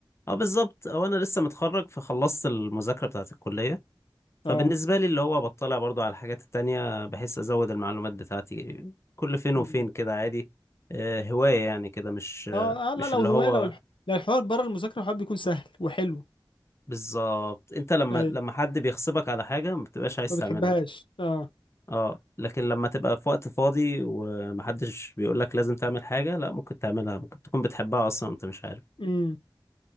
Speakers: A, on the left (about 30°); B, on the left (about 75°).
A: اه بالظبط هو انا لسه متخرج فخلصت المذاكرة بتاعت الكلية
B: <laughs>
A: فبالنسبة
B: اه
A: لي اللي هو بطلع برضو على الحاجات التانية بحس أزود المعلومات بتاعتي كل فين وفين
B: أمم.
A: كده عادي آه، هواية يعني كده مش
B: اه
A: آه،
B: اه لا
A: مش
B: لو
A: اللي
B: هوايه
A: هو
B: لو الح... لو الحوار بره المذاكره الحوار بيكون سهل وحلو
A: بالظبط انت لما
B: ايوه
A: لما حد بيغصبك على حاجة ما بتبقاش عايز
B: ما بتحبهاش
A: تعملها
B: اه
A: اه لكن لما تبقى في وقت فاضي ومحدش بيقولك لازم تعمل حاجة لا ممكن تعملها ممكن تكون بتحبها أصلا وانت مش عارف
B: امم